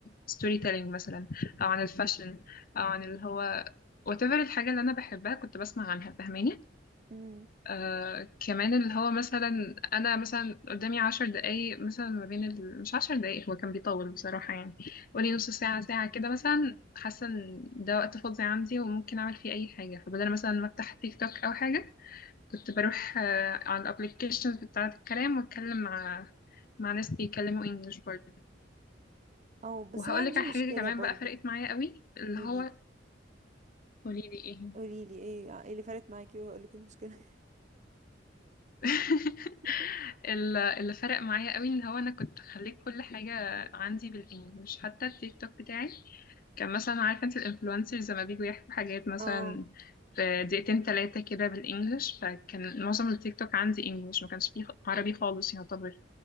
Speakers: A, on the left; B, on the right.
A: الستوري تيلينج مثلا أو عن الفاشن أو عن اللي هو whatever الحاجة اللي أنا بحبها كنت بسمع عنها فاهماني
B: امم
A: آه كمان اللي هو مثلا انا مثلا قدامي عشر دقايق مثلا ما بين ال... مش عشر دقايق هو كان بيطول بصراحة يعني قولي نص ساعة ساعة كده مثلا حاسة ان ده وقت فاضي عندي وممكن اعمل فيه اي حاجة فبدل مثلا ما افتح تيك توك او حاجة كنت بروح آه على الابليكيشنز بتاعة الكلام واتكلم مع مع ناس بيتكلموا انجلش برضه
B: او بس
A: وهقول
B: انا عندي
A: لك على
B: مشكلة
A: حاجة كمان
B: برضو
A: بقى فرقت معايا قوي اللي
B: قوليلي
A: هو قولي لي ايه
B: قوليلي ايه آه، ايه اللي فرقت معاكي وهقولك المشكلة <laughs>
A: <laughs>
B: <laughs>
A: ال- اللي فرق معايا قوي ان هو انا كنت خليت كل حاجه عندي بالانجلش حتى التيك توك بتاعي كان مثلا عارفه انت الانفلونسرز لما بيجوا يحكوا حاجات مثلا
B: اه
A: في دقيقتين ثلاثه كده بالانجلش فكان معظم التيك توك عندي انجلش ما كانش فيه عربي خالص يعتبر